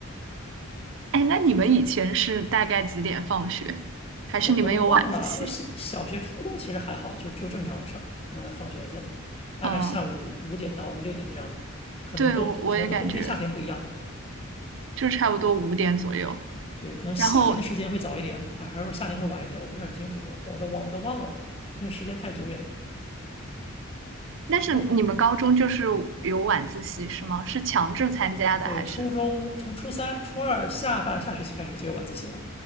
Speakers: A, on the right (about 60°); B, on the left (about 25°).
A: 哎，那你们以前是大概几点放学？还是你们有晚自习？
B: 我都忘了，我小小学、初中其实还好，就就正常上呃放学下，大概下午五点到六点这样的，
A: 嗯，
B: 可能都可能都冬天夏天不一样吧。
A: 对，我我也感觉就差不多五点左右。
B: 对，可能夏天的时间会早一点，
A: 然后
B: 还还是说夏天会晚一点，我不是很清楚，我都忘我都忘了，因为时间太久远了。
A: 但是你们高中就是有晚自习是吗？
B: 那
A: 是强制参加的还是？
B: 对，初中从初三、初二下半下学期开始就有晚自习了，